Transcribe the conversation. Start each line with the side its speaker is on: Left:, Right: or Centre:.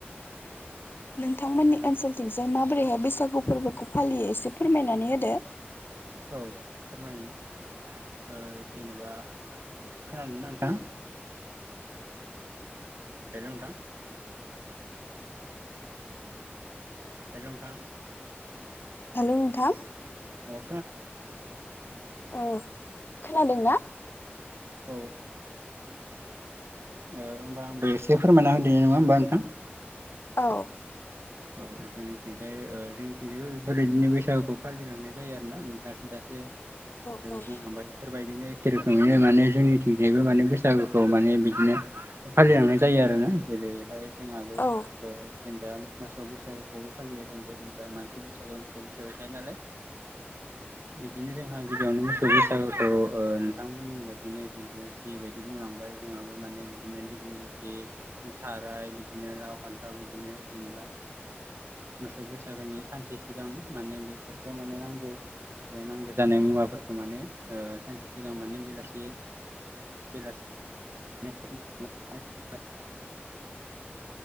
Left: नोंथांमोननि ओनसोलथिंजाय
Right: नोंथां
Left: माबोरैहाय बैसागु फोरबोखौ फालियो एसे फोरमायनानै होदो
Right: औ फोरमायोनि ओ जेनेबा खोनादों ना नोंथां? हेल' नोंथां? हेल' नोंथां?
Left: हेलौ नोंथा?
Right: औ?
Left: औ खोनादोंना
Right: औ होनोमबा आंबो एसे फोरमायना होदनाय नङा होमबा नोंथां
Left: औ
Right: औ जोंनिथिंजाय जोंनिथिंजायबो बेफोरबायदिनो बैसागुखौ फालिलांनाय जायो आरोना नोंथाङाजो दासो
Left: औ
Right: बुंलांबायफोर बेबायदिनो एखे रोखोमैनो माने जोंनिथिंजायबो माने बैसागुखौ माने बिदिनो फालिलांनाय जायो आरो ना जेरैहाय जोंहाबो
Left: औ
Right: जेनेबा मोसौ बैसागुखौबो फालियो जोंबो जेनेबा मानसि बैसागो मोसौ बैसागु थायो नालाय। बिदिनो जोंहा गिबियावनो मा ससागखौ नोंथांमोननि बायदिनो जिथु जि बायदि बुंलांबाय जोंहाबो माने बिदिनो बि थाराय बिदिनो लाव फान्थाव बिदिनो जेनेबा मोसौव बैसागोनि सानसे सिगां माने बेफोरखौ माने नांगौ। नांगौ जानाय मुवाफोरखौ माने सानसे सिगां माने बेलासि बेला <unintelligible>